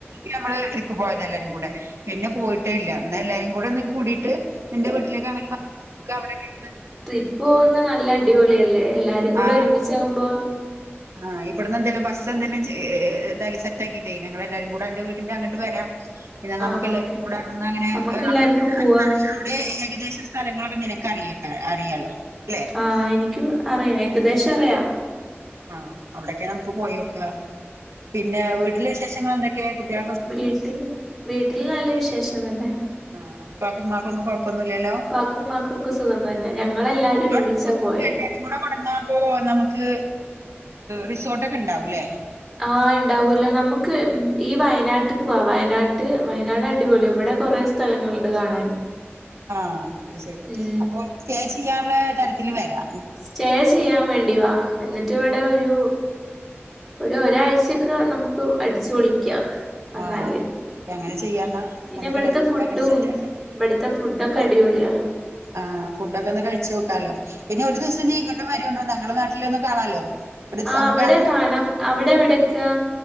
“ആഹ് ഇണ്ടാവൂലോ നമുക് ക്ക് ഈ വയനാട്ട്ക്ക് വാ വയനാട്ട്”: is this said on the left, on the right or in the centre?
Centre